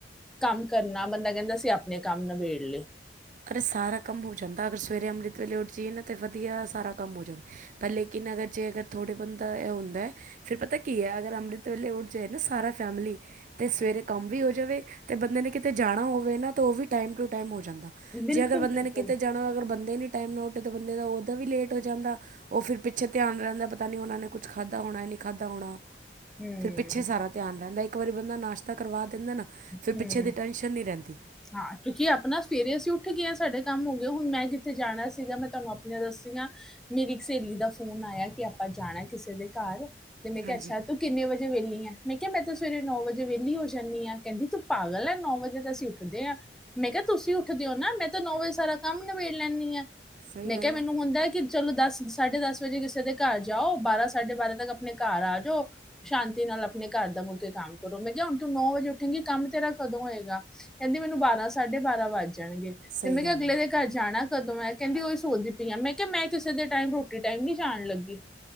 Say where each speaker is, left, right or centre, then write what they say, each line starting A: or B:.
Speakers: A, in the centre; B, on the right (about 45°).
A: ਕੰਮ ਕਰਨਾ ਬੰਦਾ ਕਹਿੰਦਾ ਅਸੀਂ ਆਪਣੇ ਕੰਮ ਨਬੇੜ ਲਏ।
B: ਅਰੇ ਸਾਰਾ ਕੰਮ ਹੋ ਜਾਂਦਾ ਅਗਰ ਸਵੇਰੇ ਅੰਮ੍ਰਿਤ ਵੇਲੇ ਉੱਠ ਜਾਏ ਨਾ ਤੇ ਵਧੀਆ ਸਾਰਾ ਕੰਮ ਹੋ ਜਾਵੇ ਪਹਿਲੇੇ ਕਿ ਲੇਕਿਨ ਅਗਰ ਜੇ ਅਗਰ ਥੋੜ੍ਹਾ ਬੰਦਾ ਇਹ ਹੁੰਦਾ ਫਿਰ ਪਤਾ ਕੀ ਹੈ ਅਗਰ ਅੰਮ੍ਰਿਤ ਵੇਲੇ ਉਠ ਜੇ ਨਾ ਸਾਰਾ ਫੈਮਲੀ। ਤੇ ਸਵੇਰੇ ਕੰਮ ਵੀ ਹੋ ਜਾਵੇ ਤੇ ਬੰਦੇ ਨੇ ਕਿਤੇ ਜਾਣਾ ਹੋਵੇ ਨਾ ਤੇ ਉਹ ਵੀ ਟਾਈਮ ਟੂ ਟਾਈਮ ਹੋ ਜਾਂਦਾ।
A: ਬਿਲਕੁਲ
B: ਜੇ ਅਗਰ ਬੰਦੇ
A: ਬਿਲਕੁਲ
B: ਨੇ ਕਿਤੇ ਜਾਣਾ ਵ ਅਗਰ ਬੰਦੇ ਟਾਈਮ ਨੋਟ ਬੰਦੇ ਦਾ ਉ ਓਦਾਂ ਵੀ ਲੇਟ ਹੋ ਜਾਂਦਾ ਉਹ ਫਿਰ ਪਿੱਛੇ ਧਿਆਨ ਰਹਿੰਦਾ ਪਤਾ ਨੀ ਉਹਨਾ ਨੇ ਕੁੱਛ ਖਾਧਾ। ਨਹੀਂ ਖਾਧਾ ਹੋਣਾ
A: ਹਮ
B: ਫਿਰ ਪਿੱਛੇ ਸਾਰਾ ਧਿਆਨ ਰਹਿੰਦਾ ਇੱਕ ਵਾਰੀ ਬੰਦਾ ਨਾਸ਼ਤਾ ਕਰਵਾ। ਦਿੰਦਾ ਨਾ
A: ਹਮ
B: ਫਿਰ ਪਿੱਛੇ ਦੀ ਟੈਨਸ਼ਨ ਨਹੀਂ ਰਹਿੰਦੀ
A: ਹਾਂ ਕਿਉਂਕਿ ਆਪਣਾ ਸਵੇਰੇ ਅਸੀਂ ਉਠ। ਉੱਠ ਗਿਆ ਸਾਡੇ ਕੰਮ ਹੋ ਗਏ ਹੁਣ ਮੈਂ ਜਿੱਥੇ ਜਾਣਾ ਸੀਗਾ ਮੈਂ ਤੁਹਾਨੂੰ ਆਪਣੀਆਂ ਦੱਸੀ ਮੇਰੀ ਇੱਕ ਸਹੇਲੀ ਦਾ ਫੋਨ। ਆਇਆ ਕਿ ਆਪਾਂ ਜਾਣਾ ਕਿਸੇ ਦੇ ਘਰ ਤੇ ਮੈਂ ਕਿਹਾ
B: ਹਾਂਜੀ
A: ਅੱਛਾ ਤੂੰ ਕਿੰਨੇ ਵਜੇ ਵਹਲੀ ਆ ਮੈਂ ਕਿਹਾ ਮੈਂ ਤਾਂ ਸਵੇਰੇ ਨੌ ਵਜੇ ਵਹਲੀ ਹੋ ਜਾਂਦੀ ਹਾਂ। ਕਹਿੰਦੀ ਤੂੰ ਪਾਗਲ ਹੈ ਨੌ ਵਜੇ ਤਾਂ ਅਸੀਂ ਉੱਠਦੇ ਹਾਂ ਮੈਂ ਕਿਹਾ ਤੁਸੀਂ ਉੱਠਦੇ ਹੋ ਨਾ ਮੈਂ ਤਾਂ ਨੌ ਵਜੇ ਸਾਰਾ ਕੰਮ ਨ ਲੈਂਦੀ ਆ
B: ਸਹੀ
A: ਮੈਂ
B: ਗੱਲ
A: ਕਿਹਾ ਮੈਨੂੰ
B: ਹੈ
A: ਹੁੰਦਾ ਕਿ। ਚਲੋ ਦਸ ਸਾਢੇ ਦਸ ਵਜੇ ਕਿਸੇ ਦੇ ਘਰ ਜਾਓ ਬਾਰਾਂ ਸਾਢੇ ਬਾਰਾਂ ਤੱਕ ਆਪਣੇ ਘਰ ਆ ਜਾਓ ਸ਼ਾਂਤੀ। ਨਾਲ ਆਪਣੇ ਘਰ ਦਾ ਮੁੜ ਕੇ ਕੰਮ ਕਰੋ ਮੈਂ ਕਿਹਾ ਹੁਣ ਤੂੰ ਨੌ ਵਜੇ ਉ ਕਹਿੰਕਿ ਕੰਮ ਤੇਰਾ ਕਦੋਂ ਹੋਏਗਾ ਕਹਿੰਦੀ ਮੈਨੂੰ ਬਾਰਾਂ ਸਾਢੇ ਬਾਰਾਂ ਵੱਜ ਜਾਣਗੇ
B: ਸਹੀ
A: ਤੇ ਮੈਂ ਕਿਹਾ
B: ਗੱਲ
A: ਅਗਲੇ
B: ਹੈ
A: ਦੇ ਘਰ ਜਾਣਾ। ਕਦੋਂ ਮੈਂ ਕਹਿੰਦੀ ਉਹੀ ਸੋਚ ਦੀ ਪਈ ਅ ਮੈਂ ਕਿਹਾ ਮੈਂ ਕਿਸੇ ਦੇ ਟਾਈਮ ਰੋਟੀ ਟਾਈਮ ਨੀ ਜਾਣ ਲੱਗੀ।